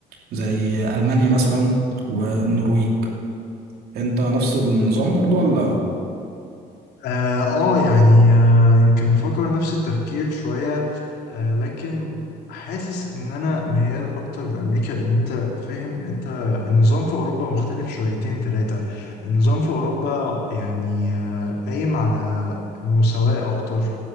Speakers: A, on the right; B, on the left.
A: زي المانيا مثلا والنرويج انت نفس النظام برضو ولا
B: اه آه، يعني آه يمكن بفكر نفس التفكير شوية آه لكن حاسس ان انا ميال اكتر لامريكا لان انت فاهم انت النظام في اوروبا مختلف شويتين ثلاثة النظام في اوروبا يعني آه قايم على المساواة اكتر